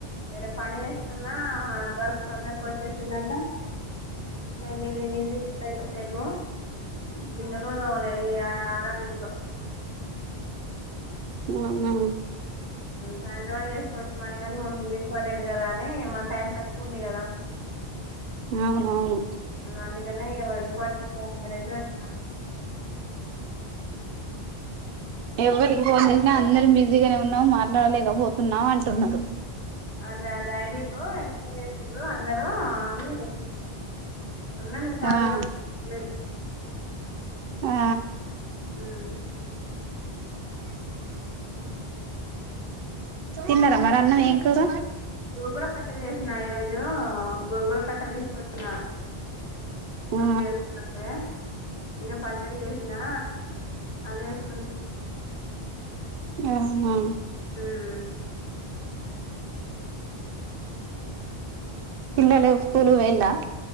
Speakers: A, on the left (about 40°); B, on the right (about 65°).
A: వేరే పన్ పని చేస్తున్నా వర్క్ అందరికి వచ్చేసిందంట. మేము బిజీ బిజీ చది ఏగో <unintelligible> తోడుదొగలే ఈ హడావిడిలో
B: ఉవునా
A: సాయంత్రం అని చేసుకోవచ్చు. పని కాని ముందు ఇది ఇంపార్టెంట్ కదా అని మన టైం తక్కువ ఉంది కదా.
B: అవునవును
A: అందుకనే ఇగ ఇంపార్టెన్స్ అనేసి వచ్చినా
B: ఎవరికి ఫోన్ చేసినా అందరం బిజీగానే ఉన్నాం. మాట్లాడలేకపోతున్నాం అంటున్నారు.
A: అదే అది ఐడిలో ఎట్ల చేసిండ్రో అందరు అని ఉందని కలిగినే
B: ఆ
A: లేదు.
B: ఆ
A: ఊ మ్
B: తిన్నారా మరి అన్నం ఏం కూర
A: గోంగుర పచ్చడి చేసిన ఈరోజు గోంగుర కట్ట తీసుకొచ్చిన ఊరికి
B: ఆ
A: పోయివాస్తంటే ఇంకా పచ్చడి చేసినా అదేస్
B: అవునా
A: ఊ
B: పిల్లలు స్కూలు పోయిండ్రా